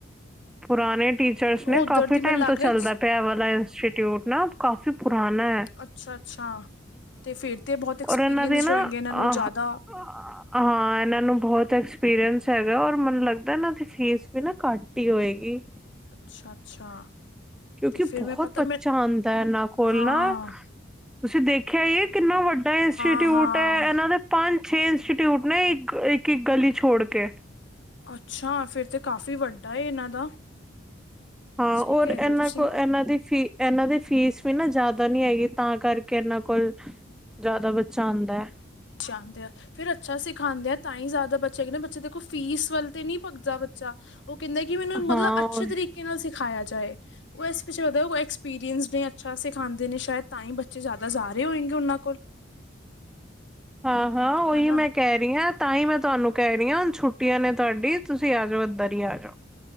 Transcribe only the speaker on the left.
ਉੱਧਰ
ਦੀ
ਮੈਨੂੰ ਲੱਗ
ਰਿਹਾ
ਅੱਛਾ, ਅੱਛਾ ਤੇ ਫੇਰ ਤੇ ਬਹੁਤ ਐਕਸਪੀਰੀਅੰਸਡ
ਹੋਏਗੇ ਇਹਨਾਂ ਨੂੰ
ਜ਼ਿਆਦਾ
ਅੱਛਾ ਅੱਛਾ
ਤੇ ਫਿਰ
ਮੈਂ ਪਤਾ
ਮੈਂ
ਹਾਂ
ਹਾਂ ਹਾਂ
ਅੱਛਾ ਫੇਰ ਤੇ ਕਾਫ਼ੀ ਵੱਡਾ ਏ ਇਹਨਾਂ ਦਾ
ਸਹੀ
ਕਹਿ
ਰਹੇ ਹੋ ਤੁਸੀਂ
<unintelligible> ਫੇਰ ਅੱਛਾ ਸਿਖਾਉਂਦੇ ਆ ਤਾਂ ਹੀ ਜ਼ਿਆਦਾ ਬੱਚਾ ਆਂਏਗੇ ਬੱਚੇ ਦੇਖੋ ਫੀਸ ਵੱਲ ਤੇ ਨਹੀਂ ਭਗਦਾ ਬੱਚਾ ਉਹ ਕਹਿੰਦੇ ਕਿ ਮੈਨੂੰ ਮਤਲਬ
ਅੱਛੇ ਤਰੀਕੇ ਨਾਲ ਸਿਖਾਇਆ ਜਾਏ ਉਹ ਇਸ ਪਿੱਛੇ ਲੱਗਦਾ ਐਕਸਪੀਰੀਅੰਸਦ ਨੇ ਅੱਛਾ ਸਿਖਾਉਂਦੇ ਨੇ ਸ਼ਾਇਦ ਤਾਂ ਹੀ ਬੱਚੇ ਜ਼ਿਆਦਾ ਜਾ ਰਹੇ ਹੋਏਗੇ ਉਹਨਾਂ ਕੋਲ
ਹਨਾ